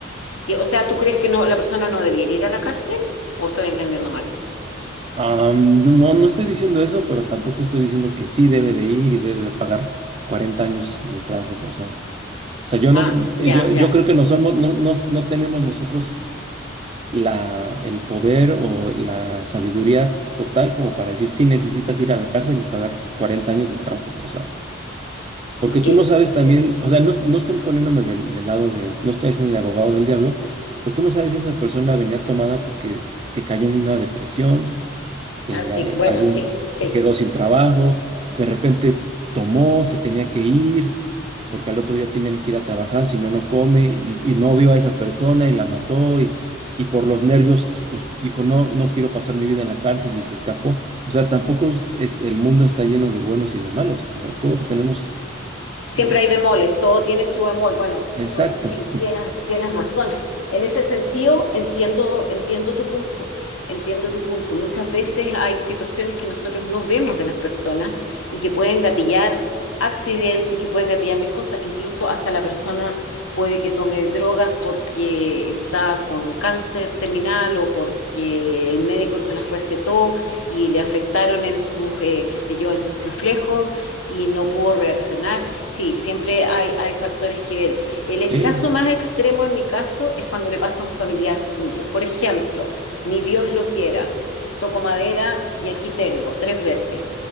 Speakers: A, on the left; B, on the right.
A: Y, o sea, ¿tú crees que no, la persona no debería ir a la cárcel? ¿O estoy entendiendo mal?
B: Ah, no, no no estoy diciendo eso, pero tampoco estoy diciendo que sí debe de ir y debe de pagar 40 años de trabajo forzado. O sea, yo
A: Ah,
B: no,
A: ya,
B: yo,
A: ya.
B: yo creo que no somos, no, no, no tenemos nosotros la, el poder o la sabiduría total como para decir si necesitas ir a la cárcel y pagar 40 años de trabajo forzado. Porque
A: Ok.
B: tú no sabes también, o sea, no, no estoy poniéndome del, del lado de, no estoy haciendo de abogado del diablo, pero tú no sabes si esa persona venía tomada porque eh, cayó en una depresión eh,
A: Ah, sí, bueno,
B: algún
A: sí, sí.
B: se quedó sin trabajo, de repente tomó, se tenía que ir, porque al otro día tenía que ir a trabajar, si no, no come, y, y no vio a esa persona y la mató, y, y por los nervios, pues dijo, no, no quiero pasar mi vida en la cárcel y se escapó. O sea, tampoco es- es- el mundo está lleno de buenos y de malos, o sea, todos tenemos,
A: Siempre
B: eh,
A: hay bemoles, todo tiene su bemol. Bueno,
B: exacto,
A: bueno, sí, tienes, tienes razón. En ese sentido, entiendo, entiendo tu punto, entiendo tu punto. Muchas veces hay situaciones que nosotros no vemos de las personas y que pueden gatillar accidentes, que pueden gatillar mil cosas. Incluso hasta la persona puede que tome drogas porque está con un cáncer terminal o porque el médico se las recetó y le afectaron en sus, eh, qué sé yo, en sus reflejos y no pudo reaccionar. Sí, siempre hay, hay factores que ver. El e-
B: sí.
A: caso más extremo en mi caso es cuando le pasa a un familiar tuyo. Por ejemplo, ni Dios lo quiera, toco madera y aquí tengo tres veces.